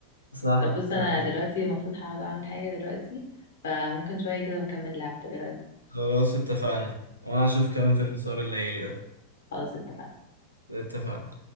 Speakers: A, on the right; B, on the left.
A: صح
B: طب بص انا
A: صح
B: دلوقتي المفروض هقعد اعمل حاجة دلوقتي فممكن شوية كده ونكمل لعب ايه رأيك
A: خلاص اتفقنا وانا هشوف كمان فيلم سهر الليالي ده
B: خلاص اتفقنا
A: اتفقنا